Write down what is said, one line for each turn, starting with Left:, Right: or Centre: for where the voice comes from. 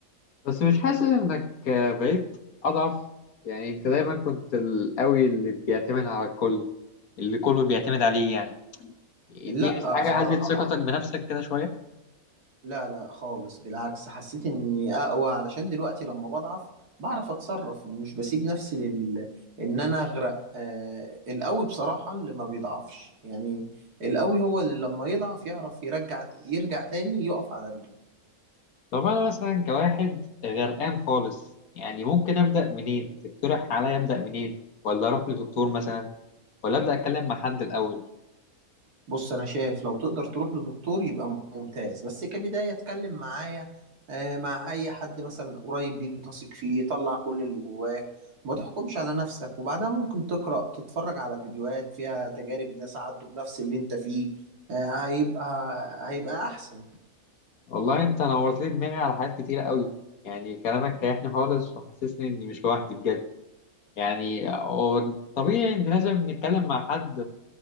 Left: بس مش حاسس انك بقيت اضعف يعني انت دايما كنت القوي اللي بيعتمد على الكل اللي كله بيعتمد عليه يعني دي
Right: لا
Left: مش حاجة
Right: بصراحة
Left: هزت ثقتك بنفسك كده شوية
Right: لا لا خالص بالعكس حسيت اني اقوى علشان دلوقتي لما بضعف بعرف اتصرف مش بسيب نفسي لل... ان انا اغرق آه القوي بصراحة اللي ما بيضعفش يعني القوي هو اللي لما يضعف يعرف يرجع يرجع تاني يقف على رجله
Left: طب انا مثلا كواحد غرقان خالص يعني ممكن ابدأ منين تقترح عليا ابدأ منين ولا اروح لدكتور مثلا ولا ابدأ اتكلم مع حد الاول
Right: بص انا شايف لو تقدر تروح لدكتور يبقى ممتاز بس كبداية اتكلم معايا آه، مع اي حد مثلا قريب ليك بتثق فيه طلع كل اللي جواك ما تحكمش على نفسك وبعدها ممكن تقرأ تتفرج على فيديوهات فيها تجارب ناس عدوا بنفس اللي انت فيه آه، هيبقى هيبقى احسن
Left: والله انت نورت لي دماغي على حاجات كتيرة قوي يعني كلامك ريحني خالص وحسسني اني مش لوحدي بجد يعني هو طبيعي ان لازم نتكلم مع حد